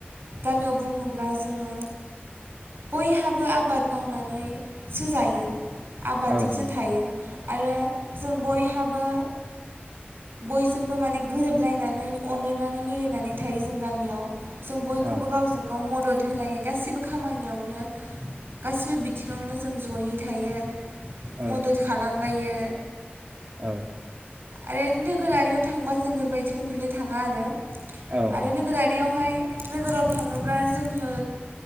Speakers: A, on the right; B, on the right.
A: गामियाव बुङोब्ला जोङो बयहाबो आबाद मावनानै सो जायो आबादजोंसो
B: औ नों
A: थायो आरो जों बयहाबो बयजोंबो माने गोरोबलायनानै अनलायनानै मिलायनानै थायो जों गामियाव। जों बयखौबो
B: औ
A: गावजों गाव मदद होलायो गासिबो खामानियावनो गासिबो बिथिङावनो जों जयै थायो
B: औ
A: मदद खालामलायो
B: औ।
A: आरो नोगोरारियाव थांबा जों बेफोरबायदिखौ नुनो थाङा आरो
B: औ
A: आरो
B: नों
A: नोगोरारियावहाय नोगोराव थाङोब्ला जोङो